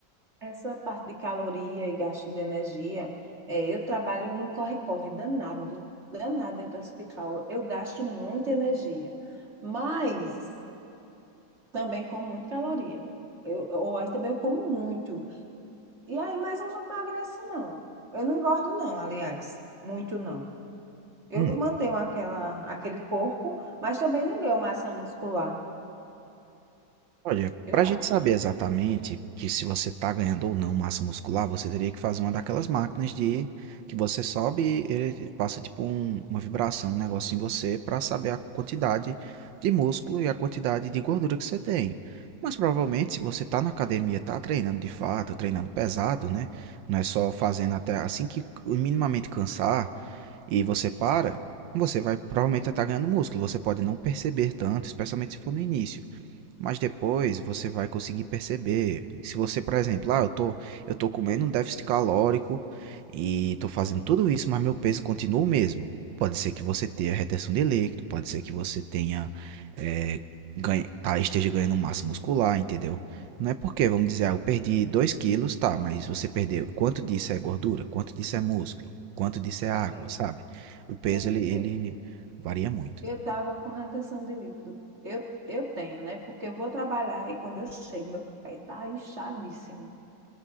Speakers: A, on the right; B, on the right.
A: Essa parte de caloria e gasto de energia, é, eu trabalho no corre-corre danado, danado dentro do hospital. Eu gasto muita energia, mas também como muita caloria. Eu, ou aí também eu como muito. E aí, mas eu não emagreço, não. Eu não engordo, não, aliás. Muito não. Eu
B: Hum.
A: mantenho aquela, aquele corpo, mas também não ganho massa muscular.
B: Olha,
A: Eu
B: para a gente
A: acho.
B: saber exatamente que se você está ganhando ou não massa muscular, você teria que fazer uma daquelas máquinas de que você sobe, ele passa tipo um- uma vibração, um negócio em você para saber a quantidade de músculo e a quantidade de gordura que você tem. Mas provavelmente, se você está na academia, está treinando de fato, treinando pesado, né? Não é só fazendo até assim que minimamente cansar e você para, você vai provavelmente estar ganhando músculo. Você pode não perceber tanto, especialmente se for no início. Mas depois você vai conseguir perceber. Se você, por exemplo, ah, eu tô, eu tô comendo um déficit calórico e tô fazendo tudo isso, mas meu peso continua o mesmo. Pode ser que você tenha retenção de líquido, pode ser que você tenha, eh, ganhe- tá, esteja ganhando massa muscular, entendeu? Não é porque, vamos dizer, ah, eu perdi 2 quilos, tá, mas você perdeu. Quanto disso é gordura? Quanto disso é músculo? Quanto disso é água,
A: Sim.
B: sabe? O peso,
A: Eu,
B: ele, ele
A: eu
B: varia muito.
A: eu tava com retenção de líquido. Eu, eu tenho, né? Porque eu vou trabalhar e quando eu chego, meu pé tá inchadíssimo.